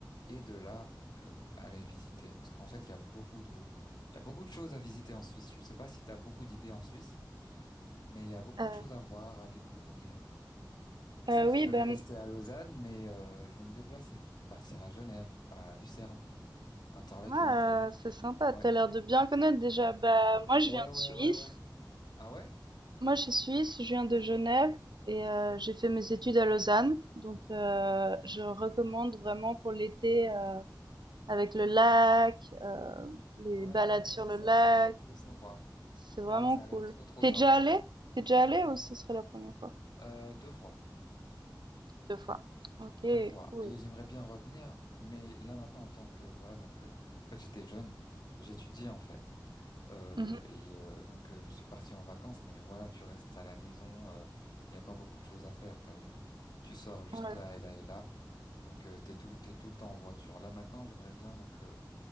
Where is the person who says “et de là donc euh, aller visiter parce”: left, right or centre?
Left